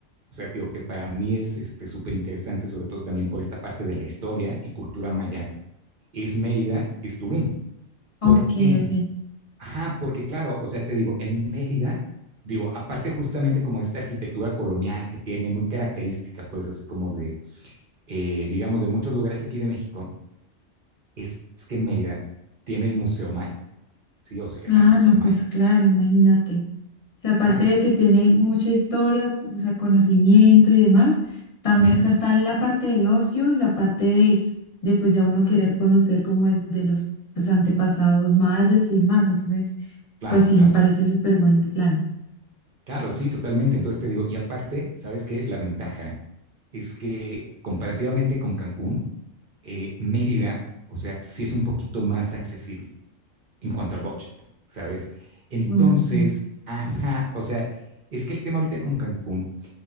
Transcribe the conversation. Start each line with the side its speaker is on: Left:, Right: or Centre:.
Right: o sea, te digo que para mí es este súper interesante, sobre todo también por esta parte de la historia y cultura maya, es Mérida, es Tulum.
Left: Ok,
Right: ¿Por qué?
Left: ok.
Right: Ajá, porque claro, o sea, te digo, en Mérida, digo, aparte justamente como esta arquitectura colonial que tiene muy característica, pues así como de, eh, digamos, de muchos lugares aquí de México, es que Mérida tiene el Museo Maya, ¿sí? O sea, el
Left: Ah,
Right: Gran Museo
Left: no,
Right: Maya.
Left: pues claro, imagínate. O sea,
Right: Ajá,
Left: aparte
Right: es,
Left: de que tiene mucha historia, o sea, conocimiento y demás, también,
Right: uh -huh.
Left: o sea, está la parte del ocio y la parte de, de pues ya uno querer conocer como es de los, los antepasados mayas y demás. Entonces,
Right: Claro,
Left: pues sí,
Right: claro,
Left: me parece súper buen plan.
Right: claro, sí, totalmente. Entonces te digo, y aparte, ¿sabes qué? La ventaja es que comparativamente con Cancún, eh, Mérida, o sea, sí es un poquito más accesible en cuanto al budget, ¿sabes? Entonces,
Left: Ok.
Right: ajá, o sea, es que el tema ahorita con Cancún